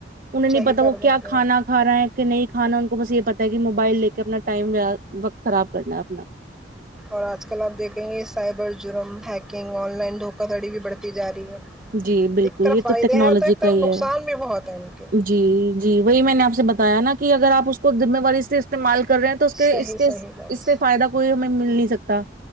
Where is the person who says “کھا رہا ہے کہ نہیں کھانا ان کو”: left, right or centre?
Right